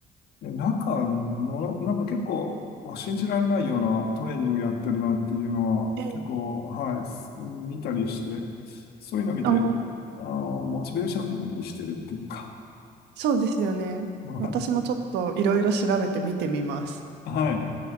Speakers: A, on the left; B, on the right.
A: えなんか、もの、なんか結構、あ信じられないようなトレーニングやってるなっていうのは、
B: ええ
A: 結構、はい、す見たりして、そういうの見て、
B: あー
A: あの、モチベーションにしてるっていうか、
B: そうですよね。
A: あはい。
B: 私もちょっといろいろ調べて見てみます。
A: はい